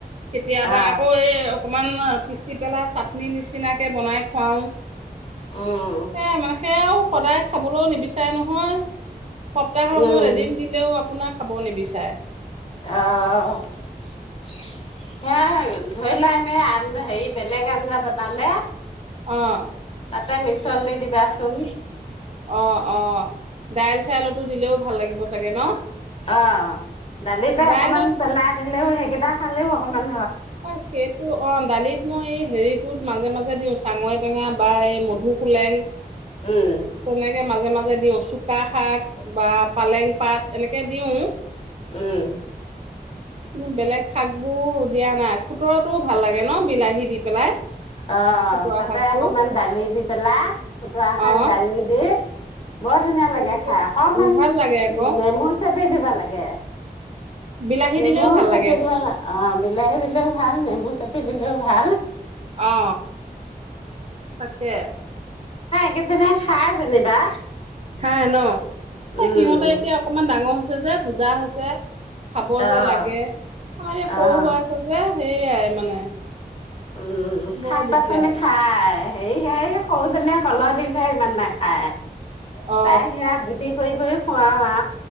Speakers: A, on the right; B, on the left.
A: কেতিয়াবা
B: অ
A: আকৌ এই অকণমান পিচি পেলাই চাটনি নিচিনাকৈ বনাই খুৱাওঁ।
B: উম
A: সেয়া মানে সেয়াও সদায় খাবলৈও নিবিচাৰে নহয় সপ্তাহৰ অসমত
B: উম
A: এদিন দিলেও আপোনাক খাব নিবিচাৰে।
B: আহ। হে ধৰি লোৱা এনে আঞ্জা হেৰি বেলেগ আঞ্জা বনালে
A: অ'।
B: তাটা মিছল দি দিবাচোন
A: অ অ দাইল চাইলতো দিলেও ভাল লাগিব চাগে ন?
B: অ' দালিতে
A: দাইলত
B: অকমান পেলাই সেইকেইটা খালেও অকণমান
A: অ' সেইটো অ' দালিত। মই এই হেৰিটোত মাজে মাজে দিওঁ চাঙৰি টেঙা বা এই মধুসোলেং
B: উম,
A: তনোকে মাজে মাজে দিও চুকা শাক বা পালেং পাত এনেকে দিওঁ
B: উম
A: কিন্তু বেলেগ শাক বোৰ দিয়া নাই খুতৰাটোও ভাল লাগে ন বিলাহী দি পেলাই
B: অ
A: খুতৰা
B: তাতে
A: শাকটো
B: অকমান দালি দি পেলাই খুতৰা শাক
A: অ
B: দালি দি বৰ ধুনীয়া লাগে
A: তেনেকে
B: খাই অকণমান
A: উ ভাল লাগে আকৌ
B: উম নেমু চ পিন্ধিবা লাগে
A: বিলাহী
B: নেমুও
A: দিলেও ভাল
B: চেপি
A: লাগে
B: দিবাল অ বিলাহী দিলেও ভাল নেমু চেপি দিলেও ভাল
A: অ তাকে
B: েইজনে খাই যেনিবা
A: হা ন এ
B: উম,
A: সিহঁতে এতিয়া অকনমান ডাঙৰ যে পূজা হৈছে খাব
B: অ',
A: যে লাগে আমাৰ ই
B: অ'।
A: সৰু হৈ আছে যে সেইয়াই মানে
B: উম
A: বৰ
B: শাক
A: দিগদাৰ
B: পাচলি খাই সে হ সৰুজনে কলহ দিলে ইমান নাখায়
A: অ
B: তাই সেৰা বুদ্ধি হৈ গ খুৱাও আ